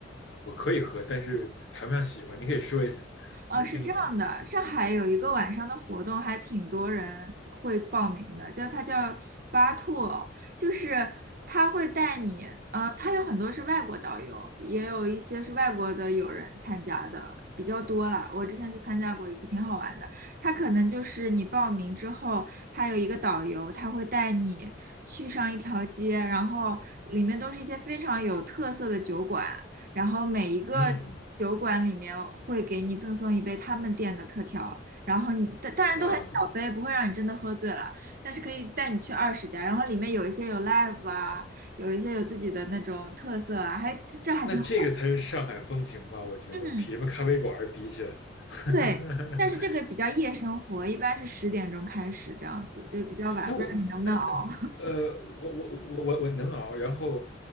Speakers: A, on the left; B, on the right.
A: 我可以喝，但是谈不上喜欢。你可以说一下，
B: 哦，
A: 我听一下。
B: 是这样的，上海有一个晚上的活动，还挺多人会报名的，叫它叫巴兔，就是他会带你，呃，他有很多是外国导游，也有一些是外国的友人参加的，比较多啦。我之前去参加过一次，挺好玩的。他可能就是你报名之后，他有一个导游，他会带你去上一条街，然后里面都是一些非常有特色的酒馆。然后每一个
A: 嗯，
B: 酒馆里面会给你赠送一杯他们店的特调，然后你当当然都很小杯，
A: 哇，
B: 不会让你真的喝醉了，但是可以带你去二十家，然后里面有一些有 live 啊，有一些有自己的那种特色啊，还这还挺好玩
A: 那这个才是上海风情吧？我觉得比什么咖啡馆儿比起来。
B: 嗯，
A: <laughs>
B: 对，但是这个比较夜生活，一般是十点钟开始这样子，就比较晚，
A: 那我那那呃，
B: 不知道你能不能熬。
A: 我我我我我能熬。然后，